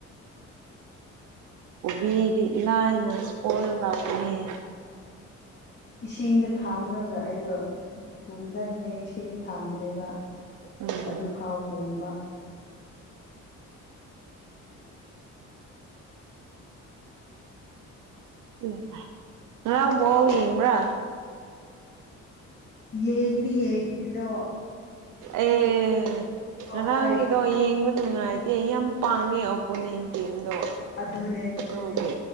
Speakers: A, on the right (about 80°); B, on the left (about 35°).
A: ꯃꯗꯤ ꯂꯥꯏꯅꯁꯄꯣꯔ ꯂꯅꯦ
B: ꯏꯁꯤꯡꯗ ꯊꯥꯝꯃꯨꯔꯒ ꯑꯩꯗꯣ ꯄꯨꯝꯊꯅꯤꯡꯉꯩ ꯏꯁꯤꯡꯗꯤ ꯊꯥꯝꯕꯅꯦꯕ
A: ꯎꯝ
B: ꯑꯗꯨꯐꯥꯎ ꯄꯣꯝꯕ
A: ꯏ ꯉꯔꯥꯎꯕꯣ ꯌꯦꯡꯕ꯭ꯔꯥ
B: ꯌꯦꯗꯤ ꯌꯦꯗꯣ
A: ꯑꯦ ꯉꯔꯥꯡꯒꯤꯗꯣ
B: ꯃꯣꯏ
A: ꯌꯦꯡꯕꯗ ꯅꯨꯡꯉꯥꯏꯇꯦ ꯌꯥꯝ ꯄꯥꯡꯉꯦ ꯑꯣꯄꯣꯅꯦꯟ ꯇꯝꯗꯣ
B: ꯑꯗꯨꯅꯦ
A: ꯑꯗꯨꯒꯤ
B: ꯑꯗꯨꯅꯦ